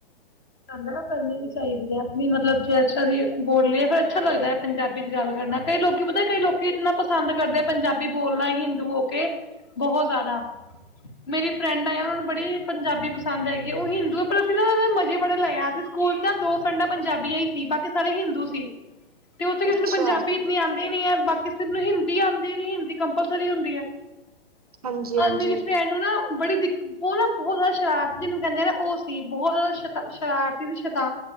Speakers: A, on the left (about 25°); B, on the right (about 40°).
A: ਦਾ ਕਰਨੀ ਵੀ ਚਾਹੀਦੀ ਹੈ ਆਪਣੀ ਮਤਲਬ ਜੇ ਅਸੀਂ ਬੋਲੀਏ ਫਿਰ ਅੱਛਾ ਲੱਗਦਾ ਹੈ ਪੰਜਾਬੀ ਚ ਗੱਲ ਕਰਨਾ ਕਈ ਲੋਕੀ ਪਤਾ ਕਈ ਲੋਕੀ ਇੰਨਾ ਪਸੰਦ ਕਰਦੇ ਆ ਪੰਜਾਬੀ ਬੋਲਣਾ ਹੀ ਹਿੰਦੂ ਹੋ ਕੇ ਬਹੁਤ ਜ਼ਿਆਦਾ ਮੇਰੀ ਫਰੈਂਡ ਆਏ ਉਹਨਾਂ ਨੂੰ ਬੜੀ ਪੰਜਾਬੀ ਪਸੰਦ ਹੈਗੀ ਉਹ ਹਿੰਦੂਆਂ ਪ੍ਰਤੀ ਮਜ਼ੇ ਬੜੇ ਲਾਇਆ ਸੀ ਸਕੂਲ ਚ ਨਾ ਦੋ ਫਰੈਂਡ ਪੰਜਾਬੀਆਂ ਹੀ ਸੀ ਬਾਕੀ ਸਾਰੇ ਹਿੰਦੂ ਸੀ ਤੇ ਉੱਥੇ ਕਿਸੇ
B: ਅੱਛਾ
A: ਨੂੰ ਪੰਜਾਬੀ ਇਤਨੀ ਆਉਂਦੀ ਹੀ ਨੀ ਹੈ ਬਾਕੀ ਹਿੰਦੀ ਆਉਂਦੀ ਵੀ ਹਿੰਦੀ ਕੰਪਲਸਰੀ ਹੁੰਦੀ ਹੈ
B: ਹਾਂਜੀ ਹਾਂਜੀ
A: ਆ ਮੇਰੀ ਫਰੈਂਡ ਨੂੰ ਨਾ ਬੜੀ ਦਿਕ ਬੋਰਾ ਬੋਰਾ ਸ਼ਰਾਤ ਜਿਹਨੂੰ ਕਹਿੰਦੇ ਨਾ ਉਸ ਬਹੁਤ ਜ਼ਿਆਦਾ ਸ਼ ਸ਼ਰਾਰਤੀ ਦੀ ਸ਼ਤਾਂ